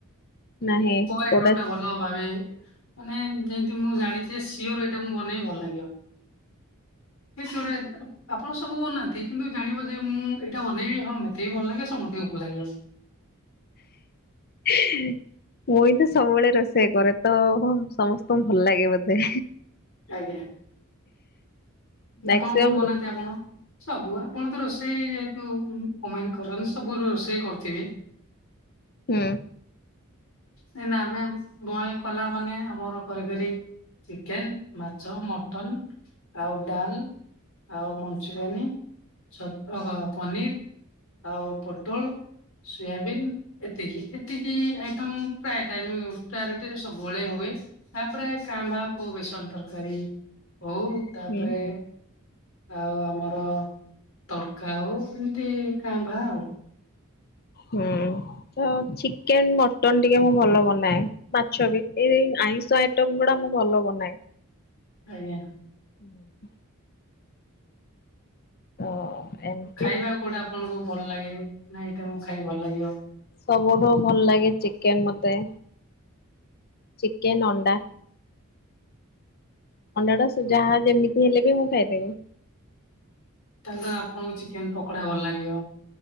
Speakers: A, on the left; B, on the left.
A: ନାହିଁ
B: ହ ଏଟମଟା
A: କୋଉଟା
B: ଭଲ ଭାବେ ମାନେ ଯେମିତି ମୁଁ ଜାଣିଛି ସିଓର ଏଇଟା ମୁଁ ବନେଇବି ଭଲ ଲାଗିବ ସେତଆଡେ ଆପଣ ସବୁ ବନାନ୍ତି କିନ୍ତୁ ଜାଣିବ ଯେ ମୁଁ ଏଇଟା ଅନେଇବି ହଁ ମ ତେ ବି ଭଲ ଲାଗିବ ସମସ୍ତେଙ୍କୁ ବି ଭଲ ଲାଗିବ।
A: ହ <inaudible> ମୁଁ ହିଁ ତ ସବୁବେଳେ ରୋଷେଇ କରେ ତ ସମସ୍ତଙ୍କୁ ଭଲ ଲାଗେ ବୋଧେ
B: ଆଜ୍ଞା ନା
A: ମ୍ୟାକ୍ସିମମ୍
B: କଣ କଣ ବନାନ୍ତି
A: ରୋ
B: ଆପଣ? ସବୁ ଆପଣ ତ ରୋଷେଇ ଯେହେତୁ ଓମେନ କରନ୍ତି ସବୁ ରୋଷେଇ କରୁଥିବେ
A: ହୁଁ
B: ନ ଆମେ ବୟ କଲା ମାନେ ଆମର କରି କରି ଚିକେନ, ମାଛ, ମଟନ ଆଉ ଡାଲ ଆଉ ମଞ୍ଚୁରିଆନୀ ଛ ପନିର ଆଉ ପୋଟଳ ସୋୟାବିନ୍ ଏତିକି ଏତିକି ଆ ଇଟମ ପ୍ରାୟ ଟାଇମ ପ୍ରାୟୋରିଟି ରେ ସବୁବେଳେ ହୁଏ ତାପରେ କାଁ ଭାଁ ହଉ ବେସନ ତରକାରୀ ହଉ ତାପରେ
A: ହୁଁ ହୁଁ।
B: ଆଉ ଆମର ତଡକା ଆଉ ଏମିତି କାଁ ଭାଁ ଆଉ
A: ହୁଁ ତ ଚିକେନ ମଟନ ଟିକେ ମୁଁ ଭଲ ବନାଏ। ମାଛ ବି ଏଇ ଆଇଁଷ ଆଇଟମ ଗୁଡା ମୁଁ ଭଲ ବନାଏ
B: ଆଜ୍ଞା
A: ହୁଁ ଓ ଏମିତି
B: ଖାଇବା କେଉଁଟା ଆପଣଙ୍କୁ ଭଲ ଲାଗେ ନା ଏଇଟା ମୁଁ ଖାଇବି ଭଲ ଲାଗିବ।
A: ସବୁଠୁ ଭଲ ଲାଗେ ଚିକେନ ମତେ ଚିକେନ ଅଣ୍ଡା ଅଣ୍ଡା ଟା ଯାହା ଯେମିତି ହେଲେ ବି ମୁଁ ଖାଇଦେବି
B: ତାହେଲେ ଆପଣଙ୍କୁ ଚିକେନ ପକୋଡା ଭଲ ଲାଗିବ